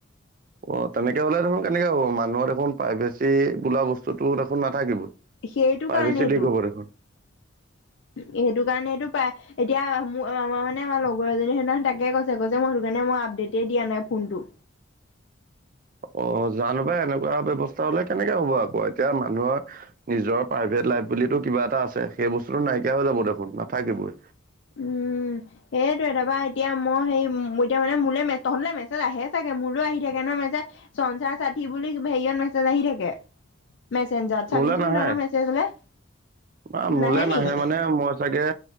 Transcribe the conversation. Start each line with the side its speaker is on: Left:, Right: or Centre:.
Right: অ', তেনেকে হ'লে দেখোন কেনেকে হ'ব, মানুহৰ দেখোন প্ৰাইভেচী বোলা বস্তুতো দেখোন নাথাকিবই।
Left: সেইটো
Right: প্ৰাইভেচী
Left: কাৰণেইটো
Right: লিক হ'ব দেখোন!
Left: সেইটো কাৰণে সেইটো পায় এতিয়া মোৰ মমাৰ মানে আমাৰ লগৰ এজনী সেইদিনাহ তাকে কৈছে কৈছে মই সেইটো কাৰণে মই আপডেট দিয়া নাই ফোনটো।
Right: অ' জানোবা এনেকুৱা ব্যৱস্থা হলে কেনেকে হ'ব আকৌ এতিয়া মানুহৰ নিজৰ প্ৰাইভেট লাইফ বো কিবা এটা আছে সেই বস্তুতটো নাইকিয়া হৈ যাব দেখোন নাথাকিবই।
Left: উম', সেইটোৱে তাৰপা এতিয়া মই সেই এতিয়া মানে মোলৈে তহঁলে মেছেজ আহে চাগে মোলৈ আহি থাকে ন মেছেজ চঞ্চাৰ চাঠি বুলি হেৰিয়ত মেছেজ আহি থাকে। মেছে্জত চাবিচোন
Right: মোলে নাহে
Left: ন মেছেজলে
Right: বা
Left: নাহে
Right: মোলে
Left: নেকি?
Right: মানে মই চাগে